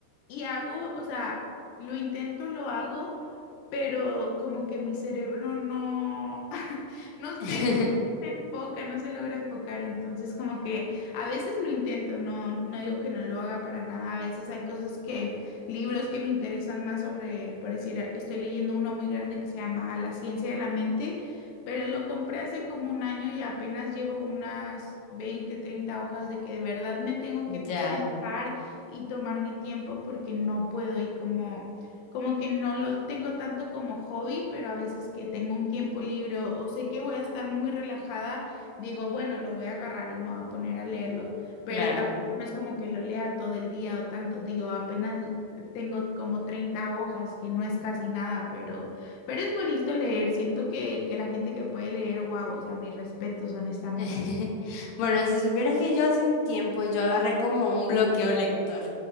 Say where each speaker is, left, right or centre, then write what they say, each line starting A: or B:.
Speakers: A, on the left; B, on the left.
A: y hago, o sea, lo intento, lo hago, pero como que mi cerebro no, <laughs> no
B: <laughs>
A: sé, como que no se enfoca, no se logra enfocar. Entonces, como que... A veces lo intento, no, no digo que no lo haga para nada. A veces hay cosas que, libros que me interesan más sobre, por decir, estoy leyendo uno muy grande que se llama La ciencia de la mente, pero lo compré hace como un año y apenas llevo unas veinte, treinta hojas de que de verdad me tengo que
B: ya,
A: sentar y tomar mi tiempo porque no puedo y como... Como que no lo tengo tanto como hobby, pero a veces que tengo un tiempo libre o o sé que voy a estar muy relajada, Digo, bueno, lo voy a agarrar y me voy a poner a leerlo, pero
B: claro.
A: tampoco no es como que lo lea todo el día o tanto, digo, apenas l- tengo como 30 hojas, que no es casi nada, pero, pero es bonito leer, siento que, que la gente que puede leer, wow, o sea, mis respetos, honestamente.
B: <laughs> Bueno, si supieras que yo hace un tiempo yo agarré como un bloqueo lector